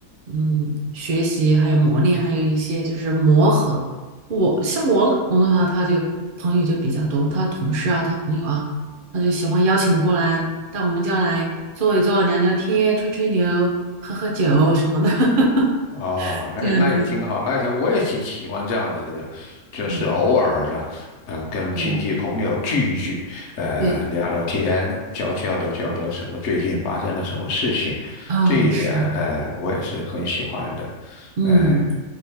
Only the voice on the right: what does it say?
嗯学习，还有磨练，还有一些就是磨合。我像我老公的话，他就朋友就比较多，他同事啊，他朋友啊。他就喜欢邀请过来到我们家来坐一坐、聊聊天、吹吹牛、喝喝酒什么的，<laughs>
这样子。
嗯，
对
对，
哦，
是，
嗯，